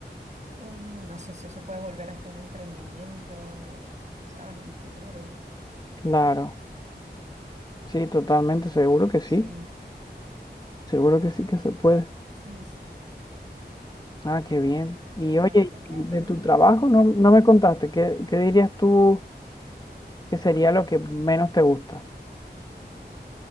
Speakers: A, on the right; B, on the left.
A: Mm, No sé, eso se puede volver hasta un emprendimiento, ¿sabes? En mi futuro.
B: Claro, sí, totalmente, seguro que
A: Sí,
B: sí, seguro que sí que se puede.
A: sí, sí.
B: Ah, qué bien. Y
A: Y
B: oye,
A: la verdad que,
B: de
A: que,
B: tu trabajo no, no me contaste, ¿qué, qué dirías tú que sería lo que menos te gusta?